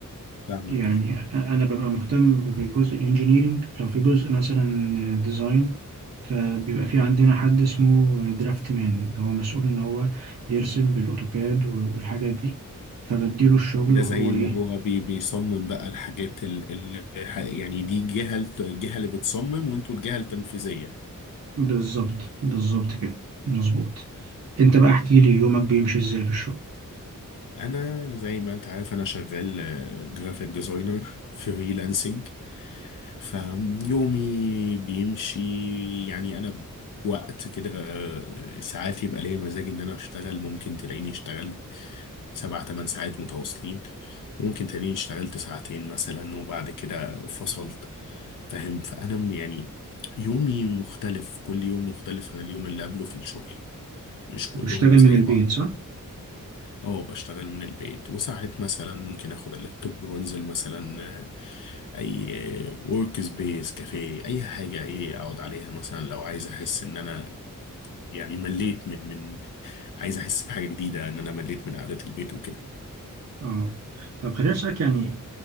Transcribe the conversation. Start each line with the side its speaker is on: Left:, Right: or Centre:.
Left: فاهمك
Right: يعني
Left: اي
Right: انا ببقى مهتم بجزء الانجينيرينج لو في جزء مثلا ديزاين فبيبقى في عندنا حد اسمه درافت مان اللي هو مسؤول ان هو يرسم بالاوتوكاد والحاجات دي فبديله الشغل
Left: ده
Right: وهو
Left: زي اللي
Right: ايه
Left: هو بي بيصمم بقى الحاجات اللي يعني دي جهة الت- الجهة اللي بتصمم وانتوا الجهة التنفيذية
Right: بالظبط بالظبط كده مظبوط انت بقى احكي لي يومك بيمشي ازاي في الشغل
Left: انا زي ما انت عارف انا شغال جرافيك ديزاينر فريلانسنج فيومي بيمشي يعني انا وقت كده آه، ساعات يبقى ليا مزاج ان انا اشتغل ممكن تلاقيني اشتغلت سبع تمن ساعات متواصلين وممكن تلاقيني اشتغلت ساعتين مثلا وبعد كده فصلت فاهم فانا م- يعني يومي مختلف كل يوم مختلف عن اليوم اللي قبله في الشغل مش كلهم
Right: بتشتغل
Left: زي
Right: من البيت
Left: بعض
Right: صح
Left: اه بشتغل من البيت وساعات مثلا ممكن اخد اللابتوب وانزل مثلا آه، اي ورك سبيس كافيه اي حاجه ايه اقعد عليها مثلا لو عايز احس ان انا يعني مليت من من عايز احس بحاجه جديده ان انا مليت من قعده البيت وكده
Right: اه طب خليني اسالك يعني